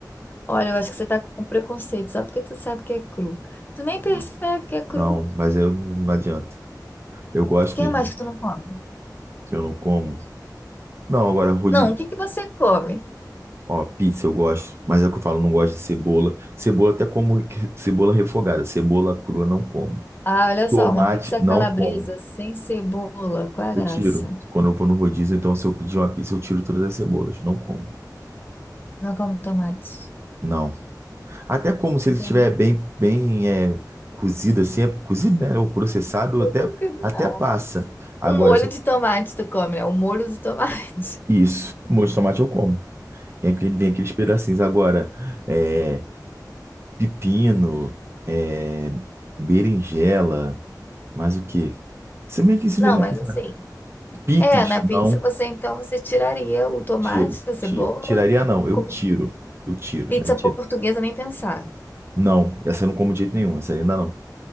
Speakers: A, on the left; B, on the right.
A: Olha, eu acho que você tá com preconceito, só porque tu sabe que é cru. Tu nem percebe
B: Não,
A: que é cru.
B: não,
A: O
B: mas eu não não adianta. Eu gosto
A: que
B: mesmo
A: mais que tu não come?
B: que eu não como. Não, agora rude,
A: Não, o que que você come?
B: ó, pizza eu gosto, mas é o que eu falo, não gosto de cebola. Cebola até como que- cebola refogada, cebola crua não como.
A: Ah, olha só,
B: Tomate
A: uma pizza
B: não
A: calabresa
B: como.
A: sem cebola. Qual é a
B: Eu
A: graça?
B: tiro. Quando eu vou no rodízio, então se eu pedir uma pizza, eu tiro todas as cebolas, não como.
A: Não como tomate.
B: Não. Até como se ele
A: Gente,
B: estiver bem bem é, cozido assim, é cozido, né, ou processado,
A: não
B: até
A: consigo,
B: até
A: não.
B: passa. Agora
A: Um molho
B: se-
A: de tomate tu come, né? O molho do tomate.
B: isso, molho de tomate eu como. Vem aquele- vem aqueles pedacinhos. Agora, é, pepino, é, berinjela, mais o quê? Se bem
A: <laughs>
B: que isso
A: Não,
B: vem na
A: mas
B: piscina.
A: assim,
B: Picles,
A: é, na pizza
B: não,
A: você então você tiraria o tomate,
B: tiro,
A: a cebola.
B: tiro. Tiraria não, eu
A: Com-
B: tiro. Eu tiro,
A: Pizza
B: né? Tiro.
A: portuguesa nem pensar.
B: Não, essa eu não como de jeito nenhum, essa ainda não.